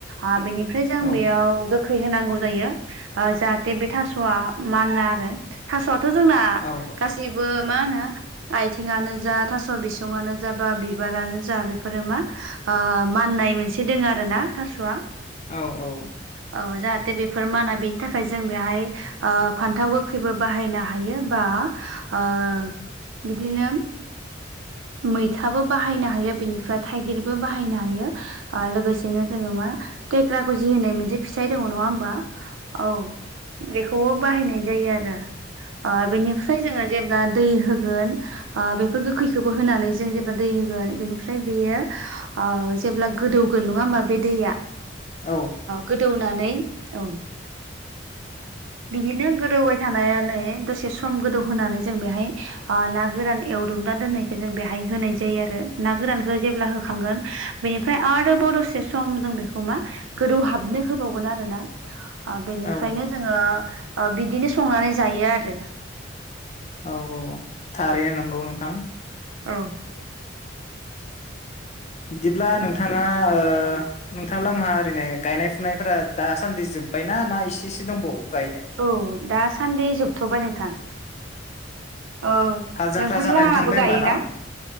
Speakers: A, on the right; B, on the left.
A: ओ बेनिफ्राय जों
B: औ
A: बेयाव खैहोनांगौ जायो ओ जाहाथे बे थास'आ माना आरो थास'आथ' जोंना
B: औ
A: गासैबो मा होनो आथिङानो जा थास' बिसङानो जा बा बिबारानो जा बेफोरो मा ओ माननाय मोनसे दङ आरो ना थास'आ।
B: औ औ।
A: औ जाहाथे बेफोर माना बेनि थाखाय जों बेहाय ओ फान्थाव गोखैबो बाहायनो हायो बा ओ बिदिनो मैथाबो बाहायनो हायो बेनिफ्राय थाइगिरबो बाहायनो हायो। ओ लोगोसेनो जोङो मा थेक्रा गुजि होननाय मोनसे फिथाइ दङ नङा होमबा। औ बेखौबो बाहायनाय जायो आरो बेनिफ्राय जोङो जेबोब्ला दै होग होग बेफोर गोखैखौबो होनानै जों जेनेबा दै होगोन बेनिफ्राय बेयो जेब्ला गोदौगोन नङा होमबा बे दैया
B: औ
A: गोदौनानै औ। बिदिनो गोदौबाय थानायानो दसे सम गोदौ होनोनानै जों बेहाय ना गोरान एवदुमना दोननायखौ जों बेहाय होनाय जायो आरो ना गोरानखौ जेब्ला होखांगोन बेनिफ्राय आरोबाव दसे सम जों बेखौ मा गोदौ हाबनो होबावगोन आरोना। ओ बेनिफ्रायनो
B: औ
A: जोङो बिदिनो संनानै जायो आरो
B: औ औ थारैनो नंगौ नोंथां।
A: औ
B: बिदिब्ला नोंथाङा ओ नोंथांला आंहा ओरैनो गायनाय फुनायफोरा दासान्दि जोब्बायना ना इसे एसे दंबावो गायनो।
A: औ दासान्दि जोबथ'बाय नोंथां। औ
B: हाल जांख्रा
A: नोंथांला
B: जानानै
A: हाबो
B: थांबाय होमबा
A: गायोना
B: न